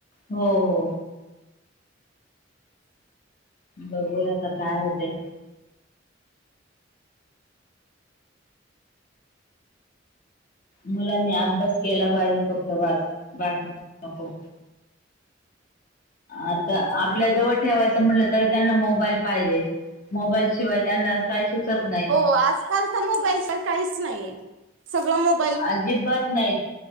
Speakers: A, on the left (about 45°); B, on the right (about 75°).
A: हो, हो बघूया आता काय होतय. मुलांनी अभ्यास केला पाहिजे फक्त, बास बाकी नको. आता आपल्या
B: हम्म.
A: जवळ ठेवायचं म्हटलं तर, तरी त्यांना मोबाईल पाहिजे, मोबाईल शिवाय त्यांना काही सुचत नाही.
B: हो आजकाल तर मोबाईल तर काहीच नाही. सगळ मोबा
A: अजिबात नाहीत,